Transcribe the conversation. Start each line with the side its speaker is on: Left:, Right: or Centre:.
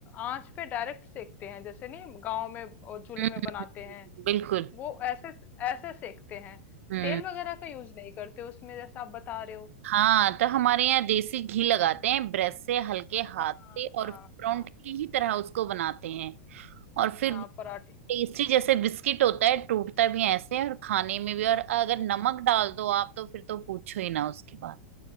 Left: आंच पे डायरेक्ट सेकते हैं जैसे नहीं गांव में और चूल्हे
Right: हम्म,
Left: में
Right: हम्म,
Left: बनाते हैं
Right: हम्म, बिल्कुल
Left: वो ऐसे ऐसे सेकते हैं
Right: हम्म
Left: तेल वगैरह का यूज नहीं करते उसमें जैसा आप बता रहे हो
Right: हाँ तो हमारे यहाँ देसी घी लगाते हैं ब्रश से हल्के
Left: हाँ
Right: हाथ से और
Left: हाँ
Right: परोंठे
Left: हाँ
Right: की ही तरह उसको बनाते हैं और फिर
Left: हाँ पराठे
Right: टेस्टी जैसे बिस्किट होता है टूटता भी ऐसे है और खाने में भी और अगर नमक डाल दो आप तो फिर तो पूछो ही ना उसकी बात